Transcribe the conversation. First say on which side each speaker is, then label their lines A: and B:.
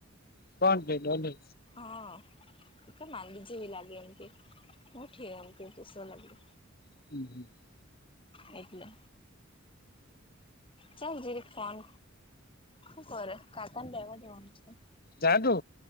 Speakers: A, on the left; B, on the left.
A: કોણ કે ડોલી?
B: હા એક માલવી જીવી લાગે એમતી હું ઠી એમ દુષ લાગે
A: <unintelligible>
B: એટલે? ચાલ જીરીક ફોન શું કરે કાકા ને લેવા જવાનું છે?
A: જાદુ